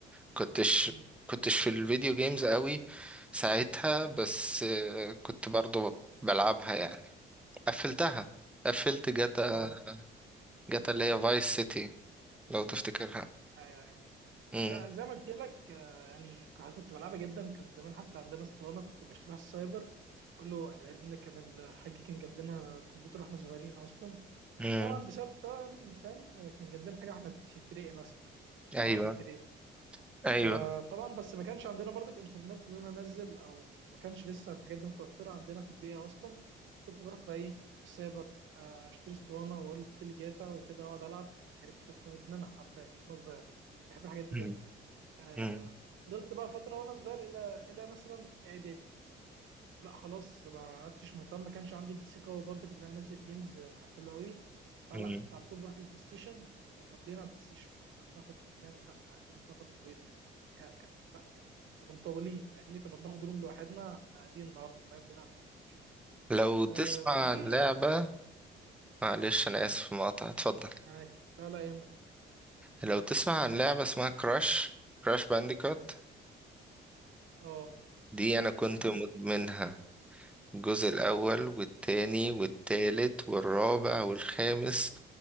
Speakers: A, in the centre; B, on the right (about 75°).
A: كنتش
B: مم.
A: كنتش في الفيديو جيمز قوي ساعتها بس آه، كنت برضو بلعبها يعني قفلتها قفلت جاتا
B: اه
A: جاتا اللي هي فايس سيتي لو تفتكرها
B: ايوه ايوه
A: امم
B: لا زي ما قلت لك آه، يعني ك- كنت بلعبها جدا كان زمان حتى عندنا اسطوانه كنت بشتريها في السايبر اقول له لان كان الحاج كان جاب لنا كمبيوتر واحنا صغيرين اصلا
A: امم
B: طبعا بسبب طبعا فاهم آه، كان جاب لنا حاجه واحنا في ابتدائي مثلا
A: ايوه
B: اه في ابتدائي
A: ايوه
B: فطبعا بس ما كانش عندنا برضك انترنت اللي انا انزل او ما كانش لسه الحاجات دي متوفره عندنا في البيئه اصلا كنت بروح بقى ايه السايبر آه، اشتري اسطوانه واقول له حط لي جاتا وكده واقعد العب كانت كنت مدمنها حرفيا وانا صغير بحب الحاجات دي
A: امم
B: جدا آه،
A: امم
B: فضلت بقى فتره وانا صغير الى الى مثلا اعدادي لا خلاص ما عدتش مهتم ما كانش عندي بي سي قوي برضه كنت انا انزل جيمز آه، حلوه قوي فلا
A: امم
B: كنت على طول بروح البلاي ستيشن كنا مقضينا بلاي ستيشن كنا بناخد حرفيا لا قاعدين فتره طويله كا- كان لا كان كنا مطولين فاهمني كنا بناخد روم لوحدنا احنا قاعدين النهارده فاهم بنلعب بلاي
A: لو
B: ستيشن.
A: تسمع
B: آه بعديه
A: عن لعبة معلش انا اسف مقاطعة اتفضل
B: معاك لا لا يهمك
A: لو تسمع عن لعبة اسمها كراش كراش بانديكوت
B: اه
A: دي انا كنت
B: اسمع
A: مدمنها
B: عنها
A: الجزء الاول والتاني والتالت والرابع والخامس